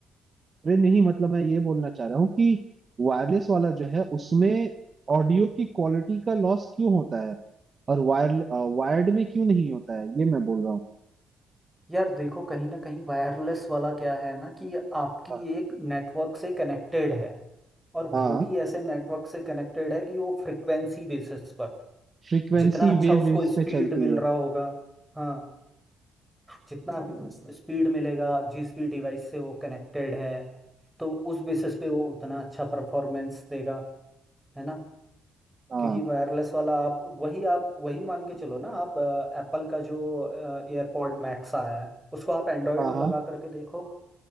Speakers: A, on the right; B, in the centre.
A: अरे नहीं मतलब मैं ये बोलना चाह रहा हूँ कि वायरलेस वाला जो है उसमें ऑडियो की क्वालिटी का लॉस क्यों होता है और वायर वायर्ड में क्यों नहीं होता है ये मैं बोल रहा हूँ
B: यार देखो कहीं ना कहीं वायरलेस वाला क्या है ना कि आपकी
A: हाँ
B: एक नेटवर्क से कनेक्टेड है और
A: हाँ
B: वो भी ऐसे नेटवर्क से कनेक्टेड है कि वो फ्रिक्वेंसी बेसिस पर
A: फ्रीक्वेंसी
B: जितना अच्छा
A: वेव
B: उसको
A: इस पे
B: स्पीड
A: चलती
B: मिल
A: है
B: रहा होगा हाँ जितना स्पीड मिलेगा जिस भी डिवाइस से वो कनेक्टेड है तो उस बेसिस पे वो उतना अच्छा परफॉर्मेंस देगा है ना
A: हाँ
B: क्योंकि वायरलेस वाला आप वही आप वही मान के चलो ना आप एप्पल का जो एयरपॉड मैक्स आया है उसको आप एंड्रॉयड
A: हाँ
B: में
A: हाँ
B: लगा करके देखो